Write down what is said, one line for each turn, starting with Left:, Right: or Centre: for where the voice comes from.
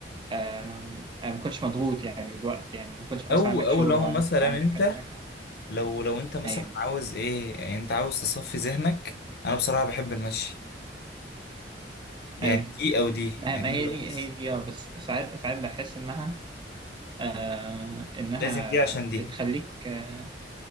Right: آم، أنا ما كنتش مضغوط يعني بالوقت يعني ما كنتش
Left: او
Right: مثلا عندك
Left: او
Right: شغل
Left: لو
Right: وعندك
Left: مثلا
Right: وعندك
Left: انت
Right: كذا حاجة
Left: لو لو انت مثلا
Right: أيوه
Left: عاوز ايه يعني انت عاوز تصفي ذهنك انا بصراحة بحب المشي يعني
Right: أيوه
Left: دي او دي
Right: ما
Left: يعني
Right: ما
Left: انا
Right: هي
Left: بحس
Right: دي هي دي أه بس ساعات ساعات بحس إنها آه إنها
Left: لازم دي عشان دي
Right: بتخليك آه